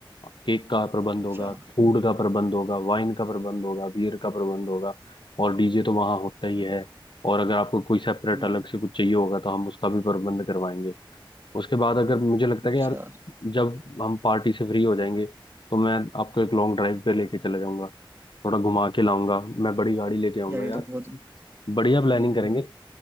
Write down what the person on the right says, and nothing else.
अच्छा
हम्म
हम्म,
अच्छा
यार ये
तो बहुत
हम्म
हम्म,